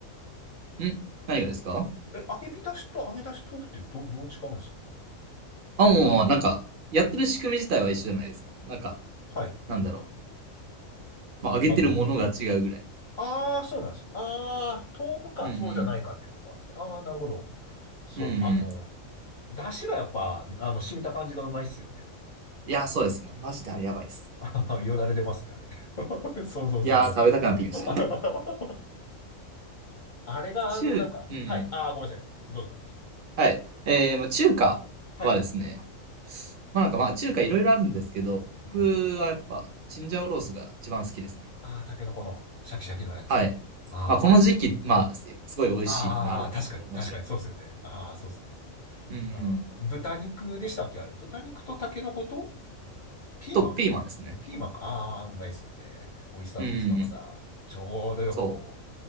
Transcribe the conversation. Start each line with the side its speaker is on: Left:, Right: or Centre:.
Right: ん何がですか
Left: え、揚げ浸しと揚げ出し豆腐ってど、どう違うんですか
Right: あ、もうもう、なんか、やってる仕組み自体は一緒じゃないですか。なんか、
Left: はい。
Right: なんだろう。まあ、揚げてるものが違うぐらい。
Left: あの、あー、そうなんですね。あー、豆腐か、
Right: うんうん。
Left: そうじゃないかっていうところなんですね。あー、なるほど。そう、
Right: うんうん。
Left: あの、出汁がやっぱ、あの、染みた感じがうまいっすよね。
Right: いや、そうですね。マジであれやばいです。
Left: <laughs> ああ、よだれ出ますね、あれね。<laughs> 想像するだけ。
Right: いやー、食べたくなってきました。
Left: <laughs> あれが、
Right: 中、
Left: あの、なんか、
Right: うん。
Left: はい。ああ、ごめんなさい。どうぞどうぞ。
Right: はい。えー、まあ中華はですね、
Left: はい。
Right: まあなんかまあ中華いろいろあるんですけど、
Left: うんうん。
Right: 僕はやっぱチンジャオロースが一番好きですね。
Left: ああ、タケノコのシャキシャキのやつ。
Right: はい。
Left: あ
Right: まあこの時期、まあすすごい美味しいってのはあるんですけど、
Left: あ、ああ、確かに、
Right: もちろん。
Left: 確かに、そうっすよね。ああ、そうっすね。
Right: うん。
Left: ああ、豚肉でしたっけあれ。豚肉とタケノコとピーマン
Right: と、ピーマンですね。
Left: ピーマンか。ああ、うまいっすよね。オイスターソースがまた、
Right: うん。
Left: ちょうどよくこ
Right: そう。